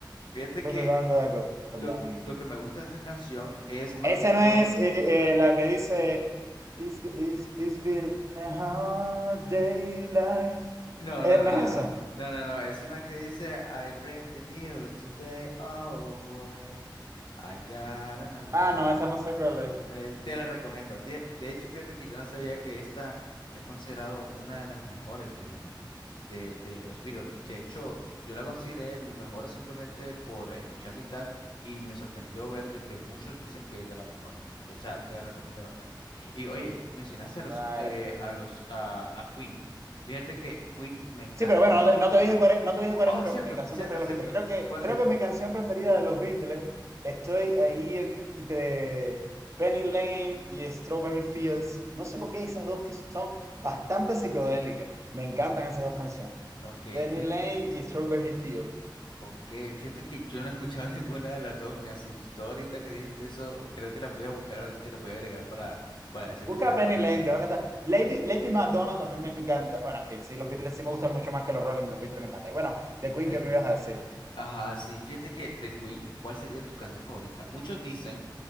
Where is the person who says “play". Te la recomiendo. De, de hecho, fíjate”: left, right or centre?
Left